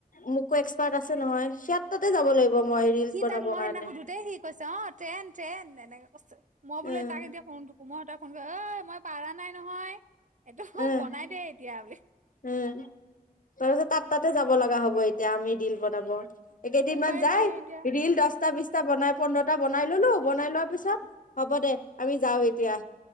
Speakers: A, on the left (about 60°); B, on the right (about 55°).
A: মোকো এক্সপাৰ্ট আছে নহয় হেইয়ত তাতে যাব লাগিব। মই ৰিলচ
B: সি
A: বনাবৰ
B: তাক মই
A: কাৰণে
B: সেইদিনা সুধোতেই সি কৈছ অ ট্ৰেইন ট্ৰেইন এনেকে কৈছ। মই বোলে
A: উম
B: তাক এতিয়া ফোন মইহতে ফোন কৰি ঐ মই পাৰা নাই নহয়। এইটো
A: উম
B: বনাই দে। এতিয়া বোলে
A: উম। তাৰপিছত তাৰ তাতে যাব লগা হ'ব এতিয়া আমি দিল বনাব। একেইদিনমান
B: উপায়
A: যায়
B: নাই এতিয়া
A: দুদিন দছ পচটা বিছটা বনাই পোন্ধৰটা বনাই ললো। বনাই লোৱাৰ পিছত হ'ব দে আমি যাও এতিয়া।